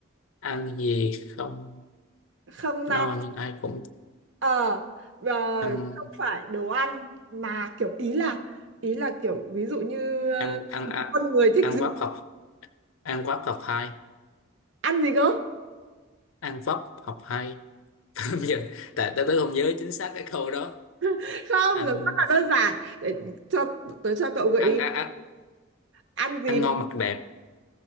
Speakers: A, on the left; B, on the right.
A: ăn gì không
B: không no
A: no nhưng ai cũng
B: ờ ờ,
A: ăn
B: không phải đồ ăn mà kiểu ý là ý là kiểu ví dụ như ờ,
A: ăn ăn ăn,
B: con người thích
A: ăn
B: gì
A: vấp học ăn vấp học hai
B: ăn gì cơ
A: ăn vấp học hai <laughs> bây giờ tại tao tớ không nhớ chính xác cái câu đó
B: <laughs> không
A: ăn
B: nó rất là đơn giản để cho tớ cho cậu gợi ý
A: ăn ăn ăn,
B: ăn gì
A: ăn ngon mặc đẹp